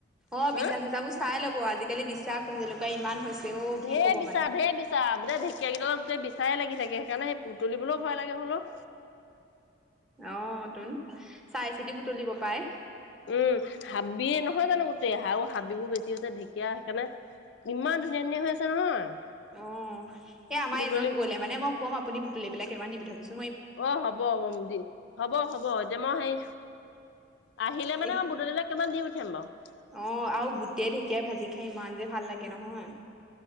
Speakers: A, in the centre; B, on the left.
A: অ'
B: হা
A: বিছা চিছাবোৰ চাই লবি- আজিকালি বিছা কুনজেলুকা ইমান হৈছে। অ', কি
B: ঢেৰ
A: ক'ব
B: বিচা
A: মানে।
B: ঢেৰ বিচা, বোলে ঢেকীয়াকেইদালত গোতেই বিচা চাই লাগি থাকে, সেইকাৰণে সেই বুতলিবলৈও ভয় লাগে। হলেও
A: অ' তই নো চাই চিতি বুটলিব পাই।
B: উম হাবিয়ে নহয় জানো গোটেই আৰু হাবিবোৰ বেছি হৈছে ঢেকীয়া সেইকাৰণে ইমান ধুনীয়া ধুনীয়া হৈ আছে নহয়,
A: অ' এ আমাৰ
B: বুটলি
A: এজন গ'লে মানে মই ক'ম আপুনি বুটলি পেলাই কেদালমান দি পঠাবচোন।
B: অ' হ'ব হ'ব দিম হ'ব হ'ব এতিয়া মই হেই আহিলে মানে
A: ইহ।
B: অ' বুটলি পেলাই কেদালমান দিম থাম বাৰু, <unintelligible>
A: অ' আৰু বুটে ঢেকীয়াই ভাজি খাই ইমান যে ভাল লাগে নহয়,